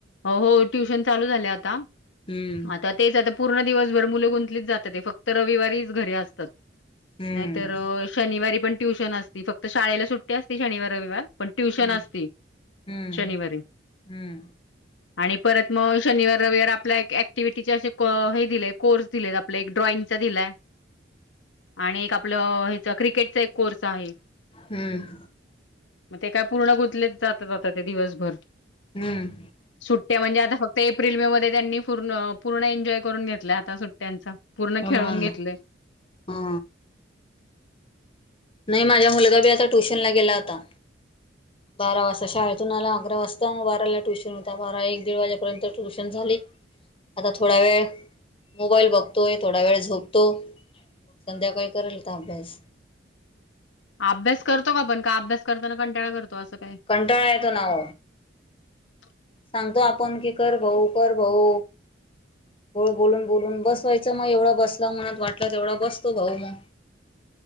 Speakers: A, on the left; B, on the left.
A: हो हो ट्युशन चालू झाले आता
B: हम्म
A: आता तेच आता पूर्ण दिवसभर मुलं गुनतात जात फक्त रविवारीच घरी असतात
B: हम्म
A: नाहीतर शनिवारी पण ट्युशन असती फक्त शाळेला सुट्टी असती शनिवार रविवार पण ट्युशन
B: हम्म
A: असती
B: हम्म
A: शनिवारी
B: हम्म
A: आणि परत मग शनिवार रविवार आपल्या एक ऍक्टिव्हटीचे असे हे दिलेय कोर्स दिलेत आपला एक ड्रॉइंगचा दिलाय आणि एक आपलं क्रिकेटचा एक कोर्स आहे
B: हम्म
A: मग ते काय पूर्ण गुंतले जात जात ते दिवसभर
B: हम्म
A: सुट्ट्या म्हणजे आता फक्त एप्रिल मे मध्ये त्यांनी पूर्ण पूर्ण एन्जॉय करून घेत घेतलंय तलाय आता सुट्ट्यांचा पूर्ण
B: हो
A: खेळून
B: ना हो
A: घेतले
B: ना हा नाही माझ्या मुलगा बी आता ट्युशनला गेला होता बारा वाजता शाळेतून आला अकरा वाजता बाराला ट्युशन होता बारा एक दीड वाजेपर्यंत ट्युशन झाली आता थोडा वेळ मोबाईल बघतोय थोडा वेळ झोपतो संध्याकाळी करेलता अभ्यास
A: अभ्यास करतो का आपण का अभ्यास करताना कंटाळा करतो असं काय
B: कंटाळा येतो नाव
A: <inaudible>
B: सांगतो आपण की कर भाऊ कर भाऊ गोड बोलून बोलून बसवायचं मग एवढा बसला मनात वाटलं तेवढा बसतो भाऊ मग